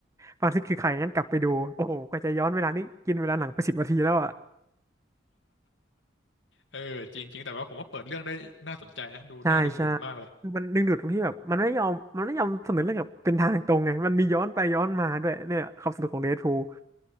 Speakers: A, on the right; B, on the left.
A: ฟานซิสคือใครงั้นกลับไปดูโอ้โหกว่าจะย้อนเวลานี้กินเวลาหนังไปสิบนาทีแล้วอ่ะ
B: เออจริงจริง แต่ว่าผมว่าเปิดเรื่องได้น่าสนใจนะดูน่าดึงดูดมากเลย
A: ใช่ใช่คือมันดึงดูดตรงที่แบบมันไม่ยอมมันไม่ยอมเสนอเรื่องแบบเป็นทางตรงไงมันมีย้อนไปย้อนมาด้วยเนี่ยความสนุกของเดดพูล